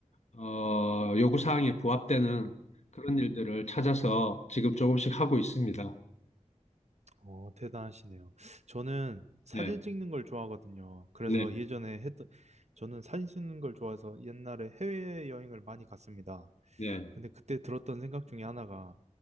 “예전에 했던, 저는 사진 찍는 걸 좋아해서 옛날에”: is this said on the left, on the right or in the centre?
Right